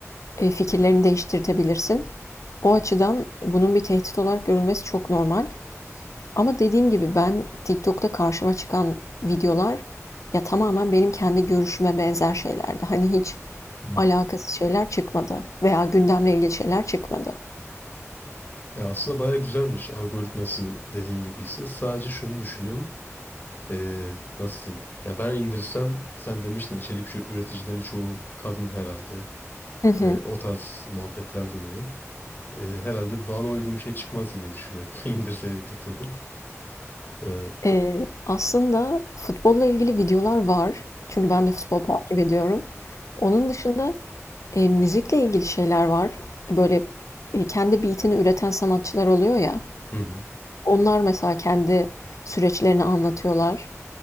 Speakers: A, on the left (about 75°); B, on the left (about 40°).
A: e, fikirlerini değiştirtebilirsin. O açıdan bunun bir tehdit olarak görülmesi çok normal. Ama dediğim gibi ben TikTok'ta karşıma çıkan videolar ya tamamen benim kendi görüşüme benzer şeylerdi. Hani hiç
B: Hı.
A: alakasız şeyler çıkmadı veya gündemle ilgili şeyler çıkmadı.
B: Ya aslında bayağı güzelmiş algoritması dediğin gibi ise sadece şunu düşünüyorum. Ee, nasıl diyeyim? Ya ben indirsem sen demiştin içerik ü- üreticilerin çoğu kadın herhalde
A: <laughs>
B: ve o tarz muhabbetler dönüyor. Ee, herhalde bana uygun bir şey çıkmazdı diye düşünüyorum. <laughs> İndirseydim TikTok'u. Ee,
A: Eee, aslında futbolla ilgili videolar var. Çünkü ben de futbol takip ediyorum. Onun dışında eee, müzikle ilgili şeyler var. Böyle eee, kendi beatini üreten sanatçılar oluyor ya.
B: hı hı.
A: Onlar mesela kendi süreçlerini anlatıyorlar.